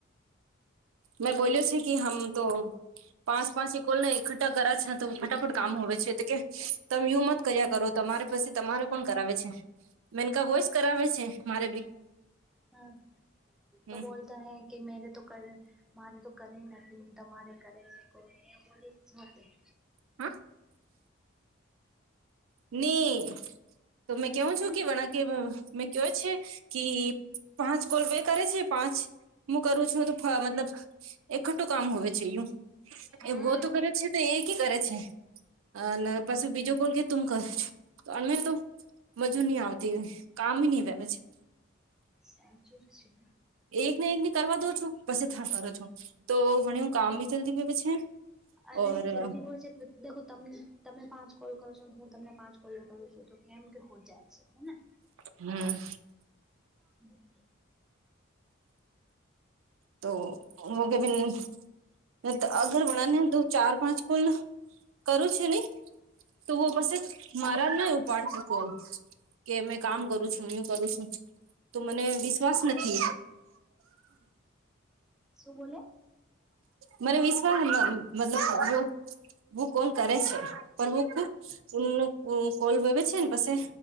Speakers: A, on the right; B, in the centre.
A: મેં બોલીયો છે કી હમ તો પાંચ પાંચ કોલને એકઠ્ઠા કરા છે તો ફટાફટ કામ હોવે છે તો કે તમે યુ કર્યા કરો તમારે પસી તમારે કોણ કરાવે છે મેનકા વોયસ કરાવે છે મારે બી.
B: હા તો
A: હ
B: બોલતા હૈ કે મેરે તો કર મારે તો કરે નથી તમારે કરે છે કોલ એવું બોલી
A: હા? ની તો મેં કેવું છું
B: હમ
A: કે, વણા. મેં કેયોય છે કે, પાંચ કોલ બે કરે છે, પાંચ. હું કરું છું, તો મતલબ એકઠું કામ હો છે યું.
B: હમ
A: એવો તો કરે છે, તો એ કરે છે, અને
B: હમ
A: પછી બીજો કોલ કે તમ કરો છો? અમે તો મજુ નહીં આવતી, કામ નહીં આવે, પછી
B: સાચું જ છે.
A: એક ને, એક ને, કરવા દો છો, પછી થા કરો છો, તો ઘણી હું કામ બી ચાલતી ગય પ છે.
B: અરે
A: ઓર
B: જલ્દી હોચે તો. દેખો ત તમે પાંચ કોલ કરો છો, હું તમને પાંચ કોલ કરું છું, તો કેમ કે હો જાય છે. હેને
A: હમ.
B: હમ.
A: તો મગ બન <unintelligible> અગર વણા ને, ત ચાર પાંચ કોલ મેં કરું છે ને. તું પછી મારા ના ઉપાડ શકો. કે મેં કામ કરું છું, હું કરું છું. તો મને વિશ્વાસ નથી.
B: શું બોલે?
A: મને વિશ્વાસ મતલબ હું કોન કરે છે? પણ હું કોલ વવે છે ને, પસે